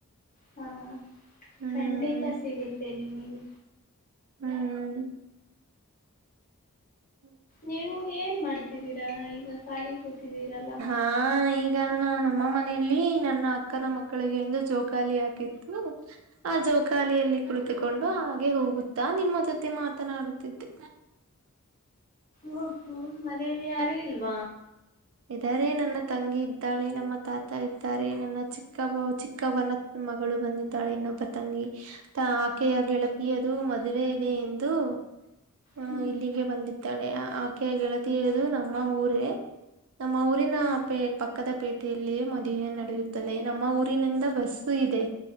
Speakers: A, on the left; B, on the right.
A: ಹಾ
B: ಹ್ಮ್
A: ಖಂಡಿತ ಸಿಗುತ್ತೆ ನಿಮಗೆ.
B: ಹ್ಮ್ ಹ್ಮ
A: ನೀವು ಏನ್ ಮಾಡ್ತಿದ್ದೀರಾ ಈಗ ಖಾಲಿ ಕೂತಿದ್ದೀರಲ್ಲ.
B: ಹ ಈಗ ನಾ ನಮ್ಮ ಮನೆಯಲ್ಲಿ ನನ್ನ ಅಕ್ಕನ ಮಕ್ಕಳಿಗೆ ಒಂದು ಜೋಕಾಲಿ ಹಾಕಿತ್ ಹ್ಮ ಆ ಜೊಕಾಲಿಯಲ್ಲಿ ಕುಳಿ ತಿಕೊಂಡು ಹಾಗೆ ಹೋಗುತ್ತಾ ನಿಮ್ಮ ಜೊತೆ ಮಾತನಾಡುತ್ತಿದ್ದೆ.
A: ಓ ಹೊ ಮನೆಯಲ್ಲಿ ಯಾರು ಇಲ್ವ.
B: ಇದಾರೆ ನನ್ನ ತಂಗಿ ಇದ್ದಾಳೆ ನಮ್ಮ ತಾತ ಇದ್ದಾರೆ ನನ್ನ ಚಿಕ್ಕ ಚಿಕ್ಕಮ್ಮ ಚಿಕ್ಕವ್ವನ ಮಗಳು ಬಂದಿದ್ದಾಳೆ ಇನ್ನೊಬ್ಬ ತಂಗಿ. ಆಕೆಯ ಗೆಳತಿಯದು ಮದುವೆ ಇದೆ ಎಂದು ಹ
A: ಹ್ಮ್
B: ಇಲ್ಲಿಗೆ ಬಂದಿದ್ದಾಳೆ ಆಕೆ ಗೆಳತಿಯದು ನಮ್ಮ ಊರೇ ನಮ್ಮ ಊರಿನ
A: ಹ್ಮ್
B: ಪೇ ಪಕ್ಕದ ಪೇ ಟೆಯಲ್ಲಿಯೇ ಮದುವೆ ನಡೆಯುತ್ತದೆ ನಮ್ಮ ಊರಿನಿಂದ ಬಸ್ಸು ಇದೆ.